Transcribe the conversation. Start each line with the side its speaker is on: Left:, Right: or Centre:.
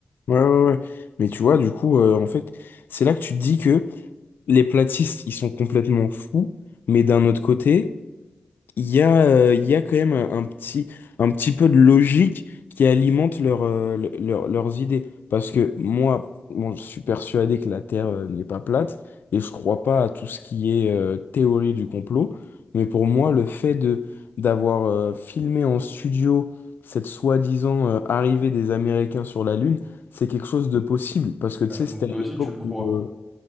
Left: Ouais, ouais, ouais. Mais tu vois, du coup, euh, en fait, c'est là que tu te dis que les platistes, ils sont complètement fous, mais d'un autre côté, il y a, euh, il y a quand même un, un petit, un petit peu de logique qui alimente leur, euh, le- leur- leurs idées. Parce que moi, bon, je suis persuadé que la Terre, euh, n'est pas plate, et je crois pas à tout ce qui est, euh, théorie du complot, mais pour moi, le fait de, d'avoir, euh, filmé en studio cette soi-disant, euh, arrivée des Américains sur la Lune, c'est quelque chose de possible. Parce que tu
Centre: Ah,
Left: sais,
Centre: donc
Left: c'était
Centre: toi
Left: à l'époque
Centre: aussi, tu le crois.
Left: où... euh,